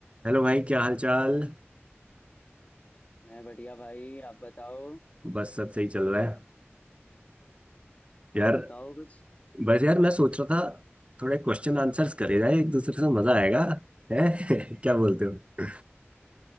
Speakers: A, on the right (about 25°); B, on the left (about 35°).
A: Hello भाई क्या हाल चाल
B: मैं बढ़िया भाई आप बताओ
A: बस सब सही चल रहा है यार
B: और बताओ कुछ
A: बस यार मैं सोच रहा था थोड़े क्वेश्चन आंसर्स करे जाए एक दूसरे से मजा आएगा है <laughs> क्या बोलते हो